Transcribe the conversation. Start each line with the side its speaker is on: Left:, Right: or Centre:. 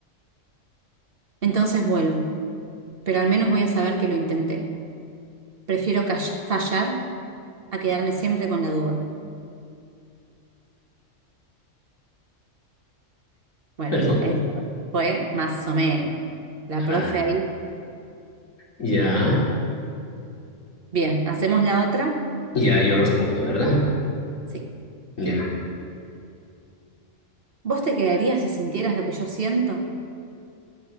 Right: Entonces vuelvo, pero al menos voy a saber que lo intenté. Prefiero call- fallar a quedarme siempre con la duda. Bueno,
Left: Perdón.
Right: esto fue más o menos. La profe
Left: Ah,
Right: ahí.
Left: ya,
Right: Bien, ¿hacemos la otra?
Left: ya, yo respondo, ¿verdad?
Right: Sí.
Left: Ya.
Right: ¿Vos te quedarías si sintieras lo que yo siento?